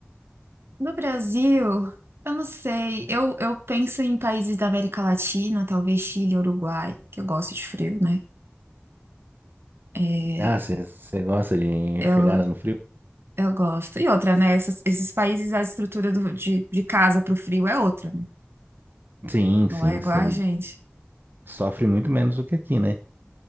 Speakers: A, on the right (about 80°); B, on the right (about 55°).
A: No Brasil, eu não sei. Eu, eu penso em países da América Latina, talvez Chile, Uruguai, que eu gosto de frio, né? É,
B: Ah, você, você gosta de
A: eu,
B: chegada no frio?
A: eu gosto. E outra, né? Essas- esses países, a estrutura do- de, de casa para o frio é outra, né?
B: Sim,
A: Não
B: sim,
A: é igual
B: você
A: a gente.
B: sofre muito menos do que aqui, né?